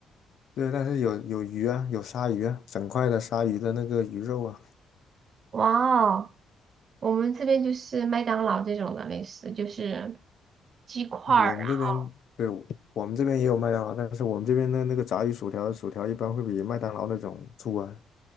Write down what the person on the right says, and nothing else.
哇哦，我们这边就是麦当劳这种的，类似就是鸡块儿啊，